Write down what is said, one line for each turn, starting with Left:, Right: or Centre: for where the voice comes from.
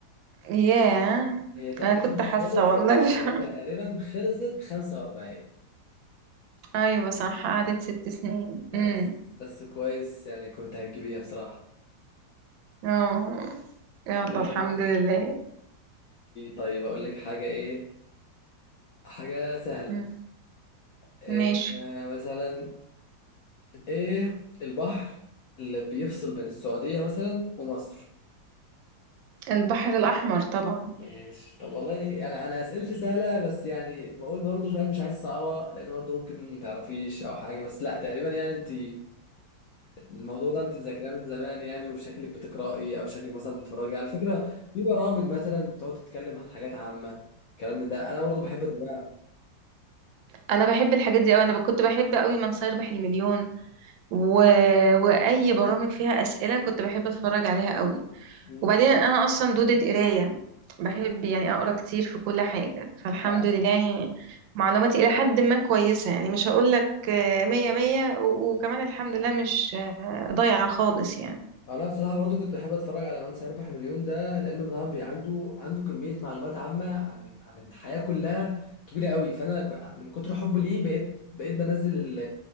Right: ياه
Left: هي تقريبا
Right: أنا كنت حاسة
Left: خلصت
Right: والله مش
Left: هي
Right: عارفة.
Left: تقريبا خلصت 45
Right: أيوة صح قعدت ست سنين
Left: لا
Right: امم
Left: بس بس كويس يعني كنت هتجيبيها بصراحة
Right: اه يلا
Left: ماشي
Right: الحمد لله
Left: طيب أقول لك حاجة إيه حاجة سهلة
Right: مم.
Left: إيه
Right: ماشي
Left: مثلا إيه البحر اللي بيفصل بين السعودية مثلا ومصر
Right: البحر الأحمر طبعا
Left: ماشي طب والله أنا أنا أسئلتي سهلة بس يعني بقول برضه فاهم مش عايز صعبة لأن برضه ممكن متعرفيش أو حاجة بس لا تقريبا يعني أنت الموضوع ده انت ذاكراه من زمان يعني وشكلك بتقرأي او شكلك مثلا بتتفرجي على فكرة في برامج مثلا بتقعد تتكلم عن حاجات عامة الكلام من ده انا برضو بحب اتابعها
Right: انا بحب الحاجات دي قوي انا كنت بحب قوي من سيربح المليون و... واي برامج فيها اسئله كنت بحب اتفرج عليها قوي
Left: مم.
Right: وبعدين انا اصلا دوده قرايه بحب يعني اقرا كتير في كل حاجه فالحمد
Left: آه.
Right: لله يعني معلوماتي الى حد ما كويسه يعني مش هقول لك مية مية و- وكمان الحمد لله مش آه، ضايعه خالص يعني
Left: انا بصراحه برضو كنت بحب اتفرج على من سيربح مليون ده لانه طبعا بي- عنده عنده كميه معلومات عامه عن عن الحياه كلها كبيره قوي فانا ك- من كتر حبي ليه بقيت بقيت بنزل ال-